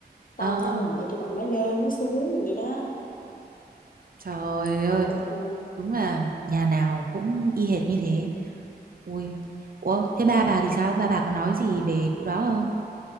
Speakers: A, on the right; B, on the left.
A: Ờ,
B: xong á mẹ tôi còn nói lên nói xuống vậy đó
A: trời ơi
B: trời đất ơi
A: đúng là nhà nào cũng y hệt như thế ui ủa thế ba bà thì sao ba bà có nói gì về vụ đó không